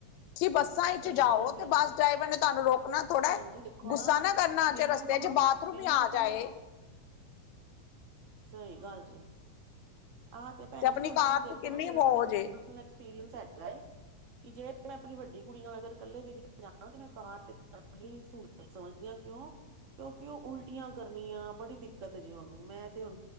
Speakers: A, on the left; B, on the right.
A: ਤੁਸੀਂ ਬੱਸਾਂ 'ਚ
B: ਸਹੀ
A: ਜਾਓ
B: ਗੱਲ ਹੈ ਭੈਣ
A: ਤੇ ਬੱਸ
B: ਜੀ
A: ਡਰਾਈਵਰ ਨੇ ਤੁਹਾਨੂੰ ਰੋਕਣਾ ਥੋੜ੍ਹਾ।
B: ਭੈਣ ਜੀ ਦੇਖੋ
A: ਗੁੱਸਾ ਨਾ ਕਰਨਾ ਜੇ
B: ਮੈਨੂੰ
A: ਰਸਤੇ 'ਚ ਬਾਥਰੂਮ
B: ਮੈਨੂੰ
A: ਈ ਆ
B: ਆਪਣੀ
A: ਜਾਏ।
B: ਸਹੀ ਗੱਲ ਜੇ। ਆਹ ਤੇ ਭੈਣ
A: ਆਪਣੀ
B: ਜੀ ਹੁਣ
A: ਕਾਰ
B: ਤੁਸੀਂ ਦੇਖੋ
A: ਤੇ ਕਿੰਨੀ
B: ਮੇਰਾ
A: ਮੌਜ
B: ਤੇ ਕਸਟਮਰ
A: ਏ
B: ਦਾ ਐਕਸਪੀਰੀਐਂਸ ਹੈਗਾ ਏ। ਕਿ ਜੇ ਮੈਂ ਆਪਣੀ ਵੱਡੀ ਕੁੜੀ ਨਾਲ ਅਗਰ ਕੱਲੇ ਵੀ ਕਿਤੇ ਜਾਣਾ। ਤੇ ਮੈਂ ਕਾਰ ਤੇ ਜਾਣਾ ਹੀ ਸੂਲਤ ਜ ਸਮਝਦੀ ਆ ਕਿਉਂ ਕਿਉਂਕਿ ਉਹ ਉਲਟੀਆਂ ਕਰਨੀਆਂ ਬੜੀ ਦਿੱਕਤ ਜੇ ਉਹਨੂੰ। ਮੈਂ ਤੇ ਹੁਣ